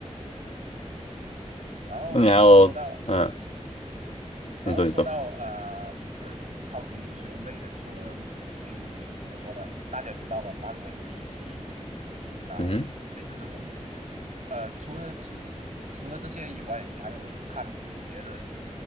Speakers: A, on the right; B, on the left.
A: 然后说到，
B: 那你还有，嗯，
A: 嗯，然后说到呃，
B: 你说你说，
A: 这超级英雄类的，除了嗯，怎么说呢？大家知道吗？漫威、DC 啊，
B: 嗯
A: 类似这种的。呃，除了除除了这些以外，你还有看别的